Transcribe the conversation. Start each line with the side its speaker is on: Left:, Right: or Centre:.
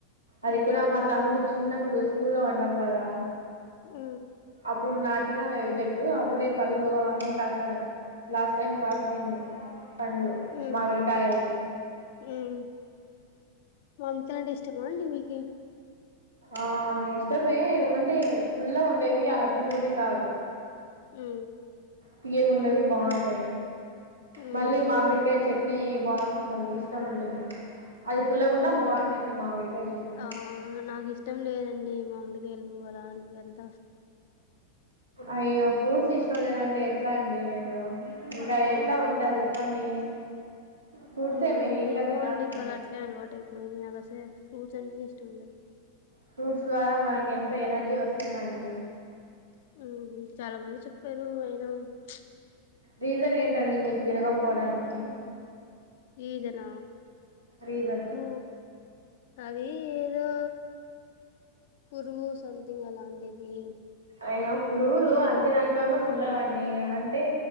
Right: అది
Left: ఉమ్
Right: కూడా మా తమ్ముడు చిన్నప్పుడు స్కూల్లో ఉంటాం కదా.
Left: ఉ
Right: అప్పుడు నాటిన రేవి చెట్టు అప్పుడే పళ్లు అవన్నీ కాస్తానయి లాస్ట్ టైమ్ కాసనేంది. పండ్లు,
Left: ఉమ్
Right: మామిడి కాయలు
Left: హ్మ్ మామిడికాయలంటే ఇష్టమా అండి మీకి?
Right: ఆ ఇష్టమే ఉ అంటే పుల్లగా ఉండేవి అ తిన బుద్ది కాదు.
Left: ఉ
Right: తీయగుండేవి బావుంటాయి
Left: హ్మ్
Right: మళ్ళీ మామిడికాయ చట్నీ బావుంటుందండి ఇష్టం ఉంటుంది. అది పుల్లగున్నా
Left: మ్
Right: బాగుంటుంది మామిడికాయ చట్నీ
Left: ఆ నాకు ఇష్టం లేదండి మామిడి గెలువలాని అంత
Right: అయ్యో ఫ్రూట్స్ ఇష్టం లేదంటే ఎట్లా అండి మీరు ఇంకా ఎట్ల ఉంట చెప్పండి. ఫ్రూట్సే
Left: ఉ
Right: మెయిన్
Left: ఏమో
Right: గా తినాల్సింది
Left: అండి ఇంకా అలా అట్లే అలవాటు అయిపోయి అసలే ఫ్రూ జోన్నలు ఇష్టం ఉండదు.
Right: ఫ్రూట్స్ ద్వారా మనకి ఎంత ఎనర్జీ వస్తుందండి.
Left: ఉహు చాలా మంది చెప్పారు అయినా చ్
Right: రీజన్ ఏంటండి మీరు తినకపోవడానికి?
Left: ఈ జన
Right: రీజన్
Left: ఊ అది ఏదో పురుగు సంథింగ్ అలాంటిది.
Right: అయ్యో పురుగులు
Left: తెలీదు.
Right: అన్ని దాంట్లోనూ ఉండవండి. అంటే